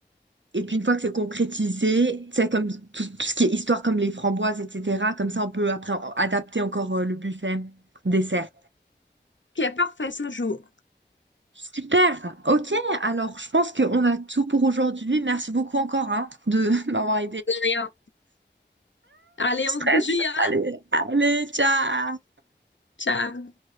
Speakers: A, on the right (about 80°); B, on the left (about 80°).
A: Et puis une fois que c'est concrétisé, tu sais, comme tout, tout ce qui est histoire comme les framboises, etc., comme ça, on peut après en- adapter encore euh, le buffet dessert.
B: Ok, parfait, ça joue.
A: Super. Ok. Alors, je pense qu'on a tout pour aujourd'hui. Merci beaucoup encore, hein, de <laughs> m'avoir
B: De rien. Allez,
A: stress.
B: on se dit, hein.
A: Allez, allez, ciao.
B: Ciao.